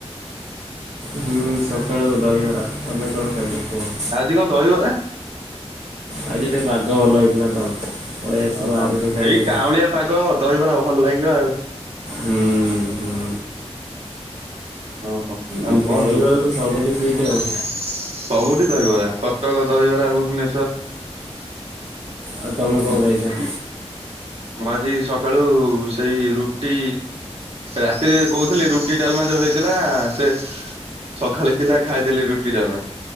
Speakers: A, on the right (about 80°); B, on the right (about 65°).
A: ହୁଁ ସକାଳୁ ଦହିବରା ତମେ କଣ ଖାଇଛ କୁହ?
B: ଅଜି କଁ ଦହିବରା?
A: ଆଜି ଟିକେ ପାଗ ଭଲ ହେଇଥିଲା ତ। ପଳେଇ ଆସିବ
B: ଓହୋ,
A: ବାହାରୁ ଟିକେ ଖାଇବାକୁ
B: ସେଇ କାଉଁଳିଆ ପାଗ ଦହିବରା ଭଲ ଲାଗିବ ଆଉ।
A: ହୁଁ ହୁଁ।
B: ଓହୋ
A: ଦହିବରା
B: ଆଉ କୁହନ୍ତୁ।
A: ତ ସବୁଠି ଫିଟ୍ ଆଉ।
B: <inaudible> ସବୁଠି ଦହିବରା, କଟକ ଦହିବରା ଭୁବନେଶ୍ଵର
A: ଆଉ ତମେ କଣ ଖାଇଛ?
B: ମୁଁ ଆଜି ସକାଳୁ ସେଇ ରୁଟି ରାତିରେ କହୁଥିଲି ରୁଟି ଡାଲମା ଯୋଉ ହେଇଥିଲା ସେ ସକାଳେ ଥିଲା ଖାଇଦେଲି ରୁଟି ଡାଲମା।